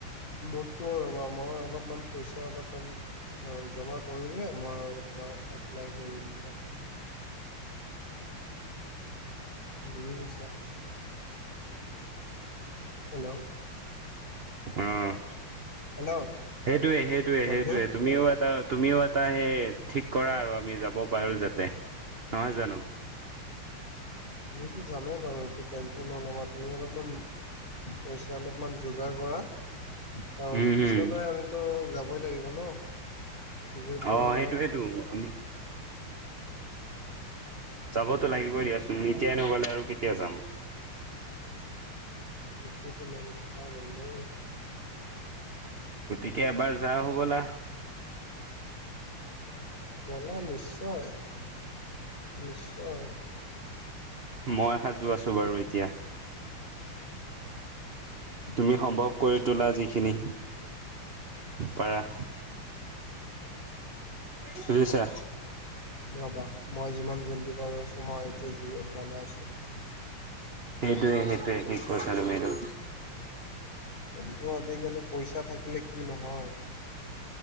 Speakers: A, on the left; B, on the right.
A: মোৰটো ৰ'বা, মই অলপমান পইচা অলপমান জমা কৰিলে মই তোমাৰ এপ্লাই কৰিম বুলি জানা।
B: <inaudible>
A: দেইয়ে হইছে। হেল্ল'।
B: অ'
A: হেল্ল'
B: হেটোৱে, হেটোৱে, হেটোৱে
A: বন্ধু
B: তুমিও এটা তুমিও এটা হেই ঠিক কৰাঁ আৰু আমি যাব পাৰোঁ যাতে। নহয় জানো?
A: আমিতো যামেই বাৰু এইটো টেনচন নল'বা তুমি অলপমান পইছা অলপমান যোগাৰ কৰা। কাৰণ
B: উম
A: পিছলৈ
B: হম
A: আমিতো যাবই লাগিব ন। যিহেতু
B: অ'
A: আমাৰ
B: হেটোৱেটো আমি যাবতো লাগিব দিয়াচোন। এতিয়াই নগ'লে আৰু কেতিয়া যাম।
A: নুঠু তোমাৰ কথা বন্নু।
B: গতিকে এবাৰ যা আহো ব'লা।
A: ব'লা নিশ্চয়, নিশ্চয়।
B: মই সাজু আছো বাৰু এতিয়া তুমি
A: সেইটো
B: সম্ভৱ
A: ভাবিছো
B: কৰি তোলা যিখিনি পাৰা। বুজিছা?
A: ৰ'বা মই যিমান জল্দি পাৰো আছোঁ মই এইটো জুয়ে বনাই আছোঁ ৰ'বা।
B: সেইটোৱে, সেইটোৱে, ঠিক কইছা তুমি এটো।
A: কিন্তু আজিকালি পইচা থাকিলে কি নহয়।